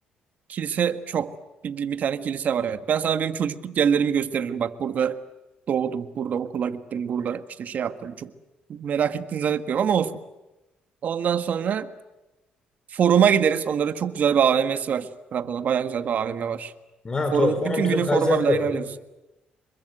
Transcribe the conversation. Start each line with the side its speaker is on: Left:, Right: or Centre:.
Right: Kilise çok. Bir, bir tane kilise var evet. Ben sana benim çocukluk yerlerimi gösteririm. Bak burada doğdum. Burada okula gittim. Burada işte şey yaptım. Çok merak ettiğini zannetmiyorum ama olsun. Ondan sonra foruma gideriz. Onların çok güzel bir AVM'si var. Trabzon'da bayağı güzel bir AVM var.
Left: Ha,
Right: Forum,
Left: to- forum
Right: bütün
Left: bizim
Right: günü
Left: Kayseri'de
Right: foruma bile
Left: de
Right: ayırabiliriz.
Left: var. ya.